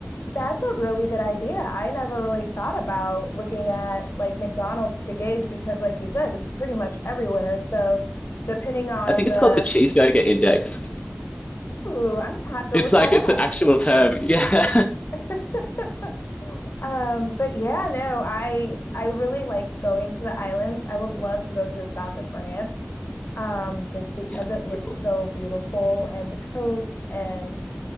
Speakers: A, on the left; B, on the left.
A: that's a really good idea. I never really thought about looking at like McDonald's to gauge because, like you said, it's pretty much everywhere. So, depending on
B: I think
A: the,
B: it's called the cheeseburger index.
A: ooh, I'm gonna have to
B: It's
A: look
B: like
A: that
B: it's an actual term. Yeah.
A: up. <laughs> Um, but yeah, no, I I really like going to the islands. I would love to go to the south of France, um, just because
B: <laughs> yeah.
A: it looks
B: Beautiful.
A: so beautiful and the coast and